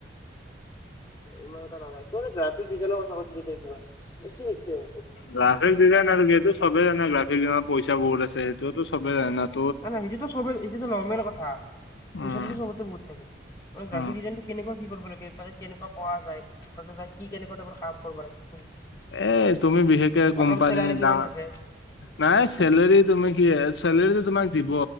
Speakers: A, on the left; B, on the left.
A: ইমান এটা নাযায়, তোমাৰ এই ৰাতি বিজনৰ কথা কৈছে যে তোমাৰ, বেছি আইছে
B: গ্ৰাফিক ডিজাইন আৰু কি এইটো চবে জানে গ্ৰাফিকনত পইচা বহুত আছে, সেইটো চবে জানাত
A: নাই নাই সেইটোত সবে সেইটোত নৰমেল কথা পইচাতো
B: উম
A: সবতে বহুত থাকে মানে গ্ৰাফিক
B: উম
A: ডিজাইনটো কেনেকুৱা কি কৰিব লাগে, তাতে কেনেকুৱা পৰা যায় তাতে যাই কি কেনেকোৱা কাম কৰিব লাগে সেইটো
B: এই তুমি বিশেষকে
A: প্ৰথম
B: কোম্পানী
A: চেলাৰী কিমান
B: দা
A: থাকে
B: নাই চেলেৰি তুমি কি এ চেলেৰিটো ত তোমাক দিব।